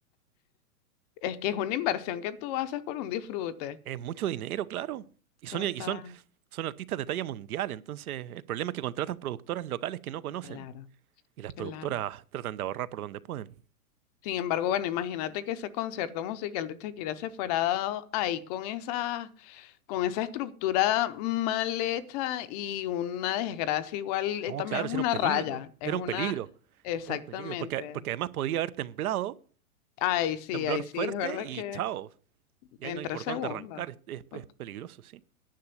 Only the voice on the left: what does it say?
Es que es una inversión que tú haces por un disfrute.
Total.
Claro,
claro.
Sin embargo, bueno, imagínate que ese concierto musical de Shakira se fuera dado ahí con esa, con esa estructura mal hecha y una desgracia igual, eh,
también
es una
raya, es
una,
exactamente.
Ay, sí,
ahí sí,
es verdad
que
en
tres
segundos.
Ok.